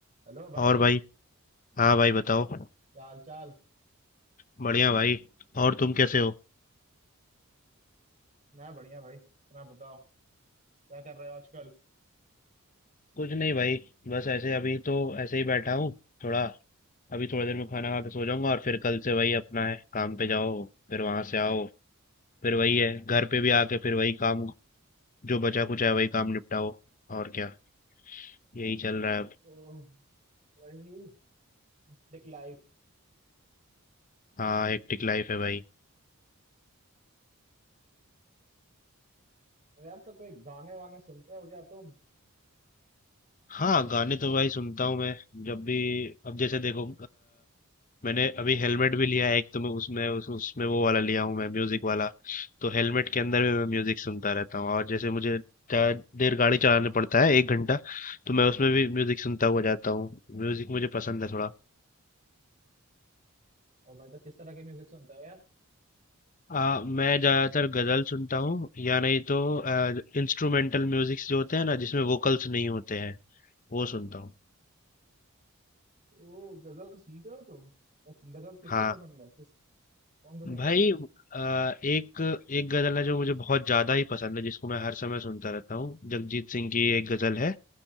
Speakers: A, on the right; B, on the left.
A: Hello भाई
B: और भाई हाँ भाई बताओ
A: क्या हाल चाल
B: बढ़िया भाई और तुम कैसे हो
A: मैं बढ़िया भाई अपना बताओ क्या कर रहे हो आजकल
B: कुछ नहीं भाई बस ऐसे अभी तो ऐसे ही बैठा हूँ थोड़ा अभी थोड़ी देर में खाना खा के सो जाऊंगा और फिर कल से वही अपना है काम पे जाओ फिर वहां से आओ फिर वही है घर पे भी आके फिर वही काम जो बचा कुछ है वही काम निपटाओ और क्या यही चल रहा है अब
A: ओ, वही दिख लाइफ
B: हाँ हेक्टिक लाइफ है भाई
A: यार तो कोई गाने वाने सुनते हो क्या तुम
B: हाँ गाने तो भाई सुनता हूँ मैं जब भी अब जैसे देखो मैंने अभी हेलमेट भी लिया है एक तो मैं उसमें उस, उसमें वो वाला लिया हूँ मैं म्यूजिक वाला तो हेलमेट के अंदर भी मैं म्यूजिक सुनता रहता हूँ और जैसे मुझे ज्यादा देर गाड़ी चलाने पड़ता है एक घंटा तो मैं उसमें भी म्यूजिक सुनता हुआ जाता हूँ म्यूजिक मुझे पसंद है थोड़ा
A: ओ भाई तो किस तरह के म्यूजिक सुनते हो यार
B: आ, मैं ज्यादातर गजल सुनता हूँ या नहीं तो इंस्ट्रूमेंटल म्यूजिक जो होते हैं ना जिसमें वोकल्स नहीं होते हैं वो सुनता हूँ
A: ओ गजल सुनते हो तुम तो गजल किसके
B: हाँ
A: पसंद है किस कौन से सिंगर
B: भाई
A: के
B: आ, एक एक गजल है जो मुझे बहुत ज्यादा ही पसंद है जिसको मैं हर समय सुनता रहता हूँ जगजीत सिंह की एक गजल है